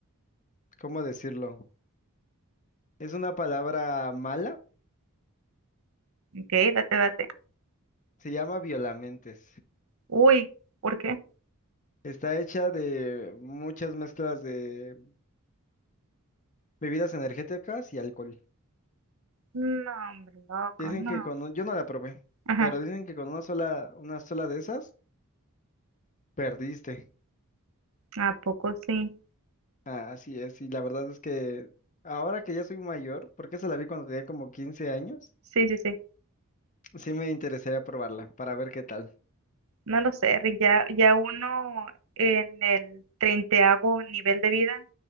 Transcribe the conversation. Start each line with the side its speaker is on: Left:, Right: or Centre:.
Left: ¿cómo decirlo? Es una palabra mala,
Right: Ok, date, date.
Left: se llama violamentes.
Right: Uy, ¿por qué?
Left: Está hecha de muchas mezclas de bebidas energéticas y alcohol.
Right: No, hombre, loco,
Left: Dicen
Right: no.
Left: que con un- yo no la probé,
Right: Ajá,
Left: pero dicen que con una sola, una sola de esas, perdiste.
Right: ¿a poco sí?
Left: Ah, así es, y la verdad es que ahora que ya soy mayor, porque esa la vi cuando tenía como 15 años,
Right: Sí, sí, sí.
Left: sí me interesaría probarla para ver qué tal.
Right: No lo sé, Rick, ya, ya uno en el treintaavo nivel de vida,